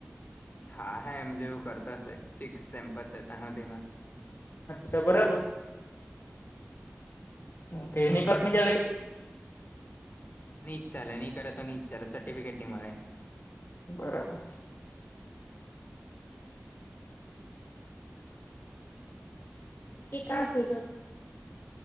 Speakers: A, on the left; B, on the left.
A: હા હે એમ જેવું કરતા હશે સિક્સ સેમ્પતામાં
B: કી બરાબર હકેનીિકટની ગ લ
A: નઈ્છાલે નહી કરે તો ન ઈચ્ ચાલે સર્ટિફેટ નની મળે
B: બરાબર એશે